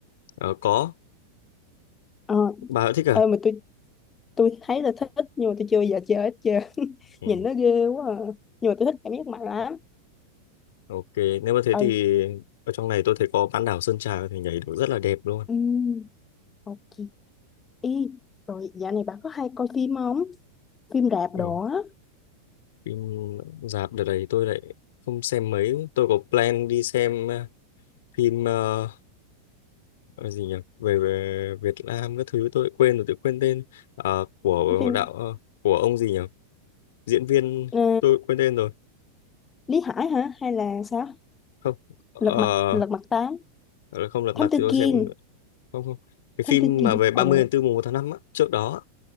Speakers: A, on the left; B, on the left.
A: Ờ, có
B: Ờ,
A: bà đã thích à
B: ê, mà tôi tôi thấy là thích nhưng mà tôi chưa bao giờ chơi hết trơn. <laughs>
A: ừ.
B: Nhìn nó ghê quá à. Nhưng mà tôi thích cảm giác mạnh lắm
A: ok nếu mà thế thì
B: Ê,
A: ở trong này tôi thấy có bán đảo Sơn Trà có thể nhảy được rất là đẹp luôn
B: ừm, ok. Ê, rồi dạo này bà có hay coi phim không? Phim rạp
A: ừ.
B: đồ á,
A: phim rạp đợt này tôi lại không xem mấy tôi có plan đi xem ờ, phim ờ, ờ, gì nhỉ về, về Việt Nam các thứ tôi quên rồi tôi quên tên Ờ, của
B: phim
A: đạo ờ, của ông gì nhỉ diễn viên
B: ờ,
A: tôi quên tên rồi
B: Lý Hải hả? Hay là sao?
A: không ờ,
B: Lật mặt Lật mặt tám,
A: không lật mặt
B: Thám Tử
A: thì tôi
B: Kiên,
A: xem không không cái
B: Thám
A: phim
B: Tử Kiên.
A: mà về 30
B: Ồ,
A: tháng 4 mùng một tháng 5 á trước đó á,